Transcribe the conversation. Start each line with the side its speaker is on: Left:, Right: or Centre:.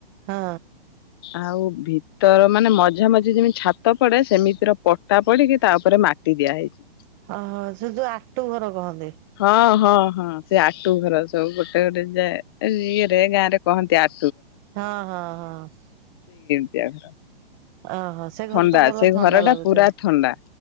Right: ହଁ।
Left: ଆଉ ଭିତର ମାନେ ମଝା ମଝି ଯେମିତି ଛାତ ପଡେ ସେମିତିର ପଟା ପଡିକି ତା ଉପରେ ମାଟି ଦିଆ ହେଇଛି।
Right: ଓହୋ ସେ ଯୋଉ ଆଟୁ ଘର କହନ୍ତି।
Left: ହଁ ହଁ ହଁ। ସେ ଆଟୁ ଘର ସବୁ ଗ ଟେ ଯାଏଁ ଇରେ ଗାଁ ରେ କହନ୍ତି ଆଟ୍
Right: ହଁ ହଁ ହଁ।
Left: ୟା ଘର।
Right: ଓହୋ ସେ ଘରେ
Left: ଥଣ୍ଡା
Right: ତ ଭଲ
Left: ସେ
Right: ଥଣ୍ଡା
Left: ଘର ଟା
Right: ଲାଗୁଥିବ
Left: ପୁରା ଥଣ୍ଡା।